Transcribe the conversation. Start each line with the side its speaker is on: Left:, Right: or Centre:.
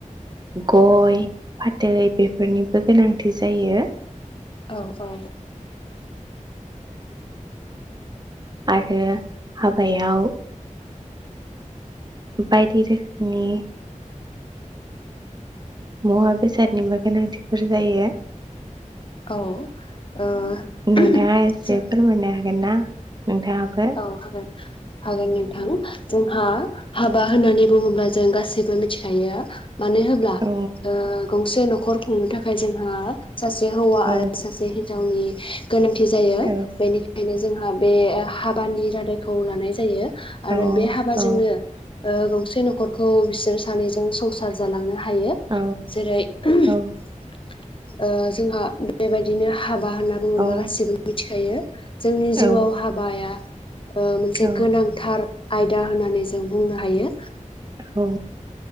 Right: गय फाथै बेफोरनिबो गोनांथि जायो।
Left: औ औ
Right: आरो हाबायाव बायदि रोखोमनि मुवा बेसादनिबो गोनांथिफोर जायो।
Left: औ ओ <unintelligible>
Right: नोंथाङा एसे
Left: जो
Right: फोरमायनो हागोन ना नोंथाङाबो
Left: औ हागोन हागोन नोंथां जोंहा हाबा होननानै बुङोब्ला जों गासैबो मिथिखायो मानो होब्ला
Right: औ
Left: ओ गंसे न'खर खुंनो थाखाय जोंहा सासे हौवा
Right: औ
Left: आरो सासे गावनि गोनांथि जायो
Right: औ
Left: बेनिखायनो जोंहा बे हाब बानि रादायखौ लानाय जायो आरो
Right: औ
Left: बे हाबाजोंनो
Right: औ
Left: ओ गंसे न'खरखौ बिसोर सानैजों संसार जालाङो हायो
Right: औ
Left: जेरै ओ
Right: औ
Left: जोंहा बेबायदिनो हाब बा होनना बुङोब्ला
Right: औ
Left: गासिबो मिथि खायो जोंनि जिउआव
Right: औ
Left: हाबाया ओ मोनसे
Right: औ
Left: गोनांथार आयदा होननानै जों बुंनो हायो
Right: औ